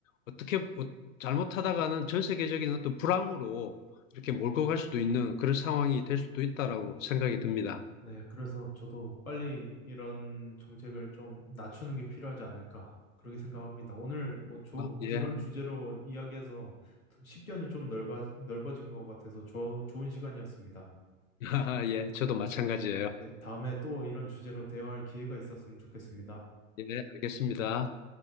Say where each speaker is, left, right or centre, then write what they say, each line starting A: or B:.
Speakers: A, on the left; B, on the left.
A: 어떻게 어, 잘못하다가는 전 세계적인 어떤 불황으로 이렇게 몰고 갈 수도 있는 그런 상황이 될 수도 있다라고 생각이 듭니다.
B: 네, 그래서 저도 빨리 이런 정책을 좀 낮추는 게 필요하지 않을까, 그렇게 생각합니다. 오늘 뭐 조,
A: 아, 예.
B: 이런 주제로 이야기해서 식견이 좀 넓어, 넓어진 것 같아서 조, 좋은 시간이었습니다.
A: <laughs> 예, 저도 마찬가지예요.
B: 네, 다음에 또 이런 주제로 대화할 기회가 있었으면 좋겠습니다.
A: 예, 알겠습니다.